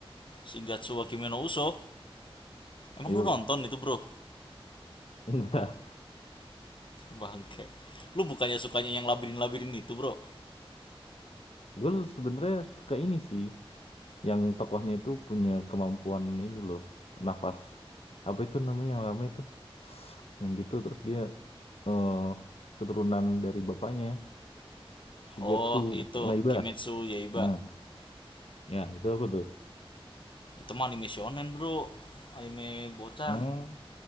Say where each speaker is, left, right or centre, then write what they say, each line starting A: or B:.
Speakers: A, on the left; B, on the left.
A: Shigatsu wa Kimi no Uso. Emang
B: Yo,
A: lu nonton itu bro?
B: <laughs> enggak,
A: Bangke. Lu bukannya sukanya yang labirin-labirin itu bro?
B: gue sebenarnya suka ini sih, yang tokohnya itu punya kemampuan ini loh, nafas. Apa itu namanya yang rame tuh? Yang gitu terus dia eh keturunan dari bapaknya, Shigetsu
A: Oh itu
B: Naiba.
A: Kimetsu Yaiba.
B: Nah, ya itu apa tuh?
A: Itu mah anime shonen bro. Anime bocah.
B: Oh,